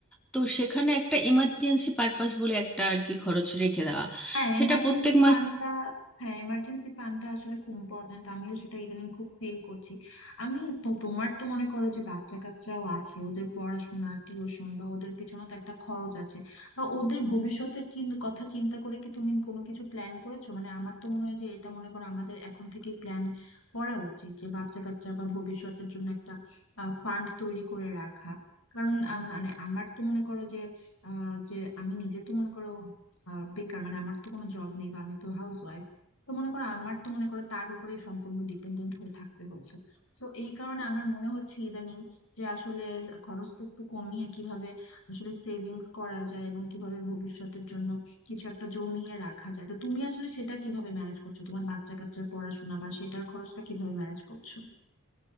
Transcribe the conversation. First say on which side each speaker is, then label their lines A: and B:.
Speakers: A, in the centre; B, on the left.
A: তো সেখানে একটা এমার্জেন্সি পারপাস বলে একটা আর কি খরচ রেখে দেওয়া
B: হ্যাঁ
A: সেটা
B: এমার্জেন্সি
A: প্রত্যেক
B: ফান্ডটা হ্যাঁ এমার্জেন্সি ফান্ডটা আসলে খুব ইম্পর্ট্যান্ট আমিও সেটা ইদানিং খুব ফিল করছি আমি তো তোমার তো মনে করো যে বাচ্চা কাচ্চাও আছে ওদের পড়াশোনা টিউশন বা ওদের পিছনেও তো একটা খরচ আছে বা ওদের ভবিষ্যতের চিন- কথা চিন্তা করে কি তুমি কোনো কিছু প্ল্যান করেছো মানে আমার তো মনে হয় যে এটা মনে করো আমাদের এখন থেকে প্ল্যান করা উচিত যে বাচ্চা কাচ্চা বা ভবিষ্যতের জন্য একটা ফান্ড তৈরি করে রাখা কারণ আহ, মানে আমার তো মনে করো যে আহ যে আমি নিজে তো মনে করো আহ, বেকার মানে আমার তো কোনো জব নেই বা আমি তো হাউস ওয়াইফ তো মনে করো আমার তো মনে করো তার উপরে সম্পূর্ণ ডিপেন্ডেন্ট হয়ে থাকতে হচ্ছে তো এই কারণে আমার মনে হচ্ছে ইদানিং যে আসলে খরচটা একটু কমিয়ে কিভাবে আসলে সেভিংস করা যায় এবং কিভাবে ভবিষ্যতের জন্য কিছু একটা জমিয়ে রাখা যায় তো তুমি আসলে সেটা কিভাবে ম্যানেজ করছো তোমার বাচ্চা কাচ্চার পড়াশোনা বা সেটার খরচটা কিভাবে ম্যানেজ করছো